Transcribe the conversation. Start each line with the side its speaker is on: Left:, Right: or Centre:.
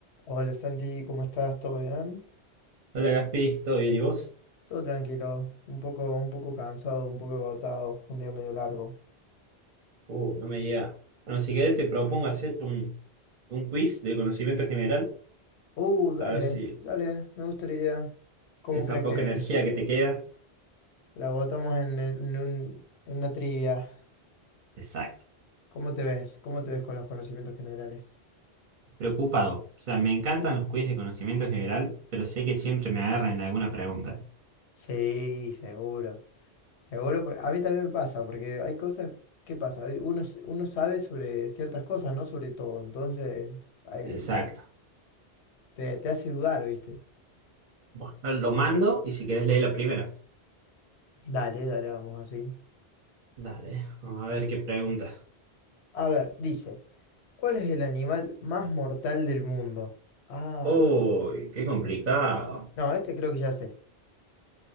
Left: Hola Santi, ¿cómo estás? ¿Todo bien?
Right: Hola Gaspi, ¿todo bien? ¿Y vos?
Left: Todo tranquilo, un poco, un poco cansado, un poco agotado, fue un día medio largo.
Right: Uh, no me diga. Bueno, si querés te propongo hacer un, un quiz de conocimiento general,
Left: Uh, dale,
Right: a ver si
Left: dale, me gusta la idea. ¿Cómo
Right: esa
Left: crees
Right: poca
Left: que
Right: energía que te queda.
Left: la agotamos en, en un- en una trivia?
Right: Exacto.
Left: ¿Cómo te ves? ¿Cómo te ves con los conocimientos generales?
Right: Preocupado. O sea, me encantan los quiz de conocimiento general, pero sé que siempre me agarran en alguna pregunta.
Left: Sí, seguro, seguro, porque a mí también me pasa, porque hay cosas, ¿qué pasa? Hay- Uno, s- uno sabe sobre ciertas cosas, no sobre todo, entonces ahí
Right: Exacto.
Left: te, te hace dudar, ¿viste?
Right: Bueno, lo mando y si querés leer la primera.
Left: Dale, dale, vamos así.
Right: Dale, vamos a ver qué pregunta.
Left: A ver, dice, ¿cuál es el animal más mortal del mundo? Ah,
Right: Uy, qué complicado.
Left: no, este creo que ya sé.